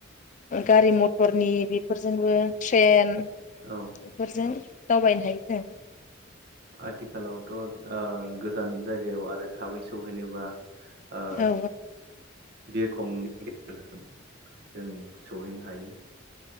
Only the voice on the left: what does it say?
गारि मथरनि बे फोरजोंबो ट्रेन।
बेफोरजों दावबायनो हायो जों
औ